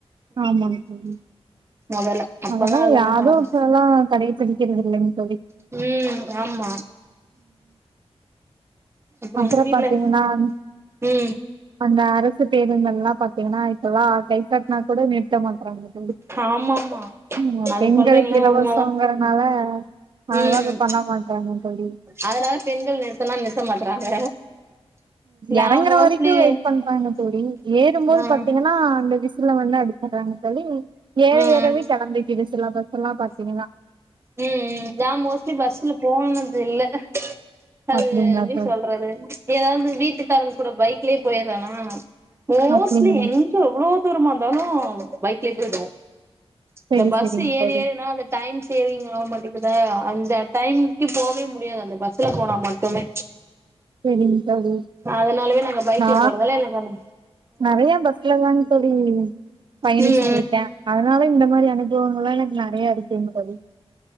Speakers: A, on the right; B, on the right.
A: ஆமாங் தோழி
B: மொதல்ல அப்பதா
A: அதெல்லா யாரூ
B: மாறு
A: இப்பலா கடைப் பிடிக்கிறதில்லைங் தோழி
B: ம் ஆமா அப்புறோ
A: அப்றோ
B: உங்க வீட்ல
A: பாத்தீங்னா அந்
B: ம்
A: அந்த பஸ்ஸுப் பேருந்தெல்லா பாத்தீங்னா இப்பெல்லா கைகாட்னா கூட நிறுத்த மாட்றாங்க
B: ஆமா ஆமா
A: ம் ம்
B: அது
A: பெண்களுக்கு
B: சொல்றீங்களா
A: இலவசங்கிறனால
B: உண்மதா
A: அதல்லா
B: ம்
A: இப்போ பண்ண மாட்றாங்க தோழி
B: அதனால பெண்கள் நிறுத்தனா நிறுத்த மாட்றாங்க நா
A: எறங்குற
B: மோஸ்ட்லி
A: வரைக்கு வெயிட் பண்றாங்க தோழி ஏறும்போது
B: ஆ ம்
A: பாத்தீங்கன்னா அந்த விசுல வந்து அ <unintelligible> தோழி ஏற
B: ம்
A: ஏறவே கிளம்பிறுது சில பஸ்லா பாத் <unintelligible>
B: உம் உம் நா மோஸ்ட்லி பஸ்ல போனது இல்ல அது
A: அப்டிங்களா
B: எப்டி
A: தோழி
B: சொல்றது ஏதாவது வீட்டுக் வீட்டுகாரங்க கூட பைக்லயே போயிடுறானா மோஸ்ட்லி
A: அப்டிங்களா
B: எங்க எவ்ளோ தூரமா இருந்தாலு பைக்லயே போயிடுவோ
A: செரி
B: இந்த பஸ்
A: செரிங்க
B: ஏறி
A: தோழி
B: ஏறனா அந்த டைம் <unintelligible> அவமட்டுக்குத அந்த டைம்க்கு போவே முடியாது அந்த பஸ்ல போனா மட்டுமே
A: சேரிங்க தோழி
B: அதனாலவே நாங்க பைக்ல
A: நா
B: போறதால எனக்கு அந்த
A: நறைய பஸ்லதாங்க தோழி பயணிச்சட்டு
B: ம்
A: இருக்க அதனால இந்த மாரி அனு அனுபவங்களா எனக்கு நறைய இருக்குங்க தோழி